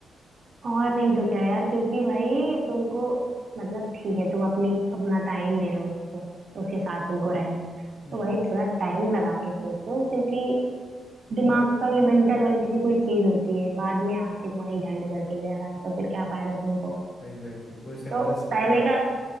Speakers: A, on the right (about 50°); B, on the left (about 45°).
A: और नहीं तो क्या यार क्योंकि भाई तुमको मतलब ठीक है तुम अपनी अपना टाइम दे रहे हो उसको उसके साथ तुमको रहना है
B: हम्म
A: तो भाई थोड़ा टाइम लगा के सोचो क्योंकि दिमाग का भी मेंटल हेल्थ भी कोई चीज होती है बाद में आके तुम्हारी झंड करके जा रहा है तो फिर क्या फायदा तुमको
B: एग्जैक्टली कोई सेल्फ
A: तो
B: रिस्पेक्ट
A: पहले
B: नहीं
A: का